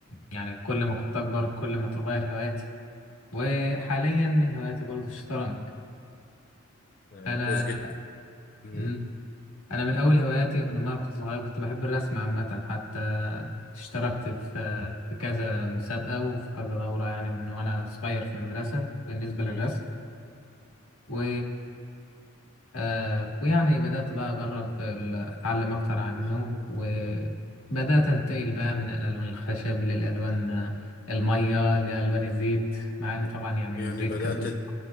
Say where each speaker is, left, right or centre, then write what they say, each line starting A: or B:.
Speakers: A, on the left (about 85°); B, on the left (about 45°).
A: يعني كل ما كنت اكبر كل ما تتغير هواياتي وحاليا من هواياتي برضو الشطرنج
B: آه،
A: انا
B: كويس جدا مم.
A: مم، انا من اول هواياتي وانا ما كنت صغير كنت بحب الرسم عامه حتى اشتركت في في كذا مسابقه وفي كذا دوره يعني من وانا صغير في المدرسه بالنسبه
B: مم.
A: للرسم و آه ويعني بدأت بقى أجرب ال- أتعلم أكتر عنه وبدأت أنتقل بقى من الألوان الخشب للألوان آه، المية لألوان الزيت مع إن طبعا يعني
B: يعني
A: الزيت
B: بدات
A: كان بيبقى